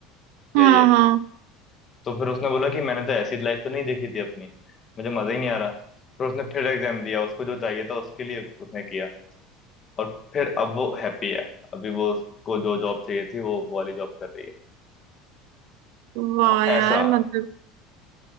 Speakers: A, on the right; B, on the left.
A: हाँ
B: या ये
A: हाँ
B: तो फिर उसने बोला कि मैंने तो ऐसी लाइफ तो नहीं देखी थी अपनी मुझे मजा ही नहीं आ रहा फिर उसने फिर एग्जाम दिया उसको जो चाहिए था उसके लिए उसने किया और फिर अब वो हैप्पी है अभी वो उसको जो जॉब चाहिए थी वो वो वाली जॉब कर रही है
A: वाह
B: तो ऐसा
A: यार मतलब